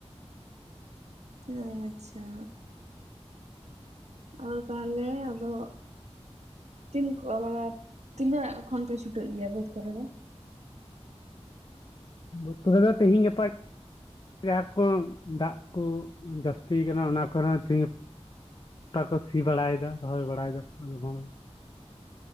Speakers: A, on the right (about 80°); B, on the left (about 45°).
A: ᱚ ᱟᱪᱪᱷᱟ᱾ ᱟᱫᱚ ᱛᱟᱦᱚᱞᱮ, ᱟᱫᱚ ᱛᱤᱱ ᱠᱚ ᱢᱟᱱᱮ ᱛᱤᱱᱟᱹᱜ ᱠᱷᱚᱱ ᱯᱮ, ᱪᱷᱩᱴᱟᱹᱜ ᱜᱮᱭᱟ ᱵᱟᱹᱫᱽ ᱠᱚᱨᱮ ᱫᱚ?
B: ᱵᱟᱹᱛ ᱠᱚᱨᱮ ᱫᱚ ᱛᱤᱦᱤᱧ ᱜᱟᱯᱟ ᱡᱟᱦᱟᱸ ᱠᱚ ᱫᱟᱜ ᱠᱚ ᱡᱟᱹᱥᱛᱤ ᱠᱟᱱᱟ, ᱚᱱᱟ ᱠᱚᱨᱮ ᱛᱮᱦᱤᱧ ᱜᱟᱯᱟ ᱜᱚᱴᱟ ᱠᱚ ᱥᱤ ᱵᱟᱲᱟᱭᱫᱟ, ᱨᱚᱦᱚᱭ ᱵᱟᱲᱟᱭ ᱫᱟᱠᱚ ᱞᱚᱜᱚᱸᱲ᱾